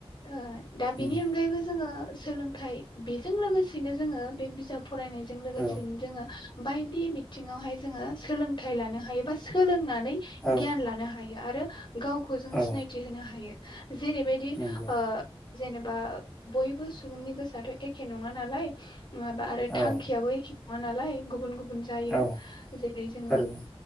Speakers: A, on the left; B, in the centre.
A: ओ दा बिनि
B: उम
A: अनगायैबो। जोङो सोलोंथाइ बेजों लोगोसेनो जोङो बे बिजाब फरायनायजों लोगोसेनो
B: औ
A: जोङो। बायदि बिथिङावहाय जोङो सोलोंथाइ लानो हायोबा सोलों। नानै
B: औ
A: गियान लानो हायो। आरो गावखौ जोङो
B: औ
A: सिनायथि होनो हायो। जेरैबायदि
B: नंगौ
A: जेनेबा बयबो सुबुंनि गोसोआथ एखे नङा नालाय माबा आरो
B: औ
A: थांखियाबो एखे मोलाय गुबुन गुबुन जायो
B: औ
A: जेरै जोङो
B: थारैनो